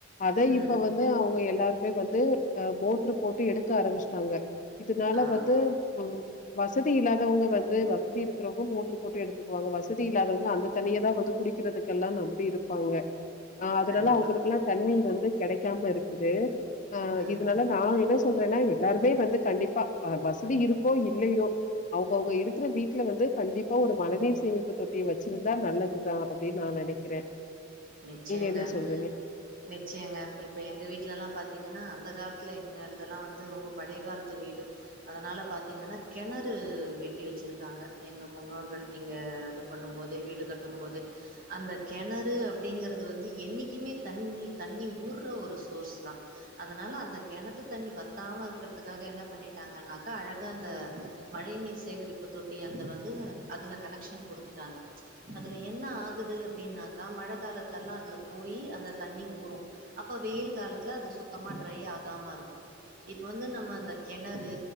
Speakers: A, on the left (about 40°); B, on the right (about 45°).
A: அத
B: ம்
A: இப்ப வந்து அவுங்க எல்லாருக்குமே வந்து அஹ் மோட்ரு போட்டு எடுக்க ஆரம்பிச்சிட்டாங்க இதுனால
B: ஆ
A: வந்து உம் வசதி இல்லாதவுங்க வந்து வசதி இருக்கிறவுங்க மோட்டரு போட்டு எடுத்துக்குவாங்க வசதி இல்லாதவங்க அந்த தண்ணிய தா வந்து குடிக்கிறதுக்கெல்லா நம்பி இருப்பாங்க ஆஹ் அதுனால
B: கண்டிப்பா
A: அவுங்களுக்குல்லா தண்ணி வந்து கெடைக்காம இருக்குது ஆஹ்
B: ம்
A: இதுனால நா என்ன சொல்றேனா எப் எல்லாருமே வந்து கண்டிப்பா அ வசதி இருக்கோ இல்லையோ அவுங்க அவுங்க இருக்கிற வீட்ல வந்து கண்டிப்பா ஒரு மழநீர் சேமிப்பு தொட்டிய வச்சிருந்தா நல்லதுதா அப்டினு நா நெனக்கிறே
B: நிச்சயங்க
A: நீங்க என்ன சொல்றீங்க
B: நிச்சயங்க இப்ப எங்க வீட்லல்லா பாத்தீங்கனா அந்த கால் த்தில எங்க இதெல்லா வந்து ரொம்ப பழய காலத்து வீடு அதனால பாத்தீங்கனா கெணறு வெட்டி வச் சுருக்காங்க எங்க முன்னோர்கள் இங்க இது பண்ணுபோது வீடு கட்டு போது அந்த கெணறு அப்டிங்கறது வந்து என்னைக்குமே தண்ணி தண்ணி ஊர்ற ஒரு சோர்ஸ் தா அதனா ல அந்த கெணத்து தண்ணி வத்தாம இருக்குறதுக்காக என்ன பண்ணிட்டாங்கனாக்க அழகா அந்த மழை நீர்ஸ் சேகரிப்பு தொட்டி அந்த வந்து அதுல கனெக்ஷன் குடுத்துட்டாங்க அதுல என்ன ஆகுது அப்டினாக்கா மழ காலத்துலல்லா அதுல போய் அந்த தண்ணி ஊரு அப்ப வெயில் காலத்தில அது சுத்தமா டெரை ஆகாம இருக்கும் இப்ப வந்து நம்ம அந்த கெணறு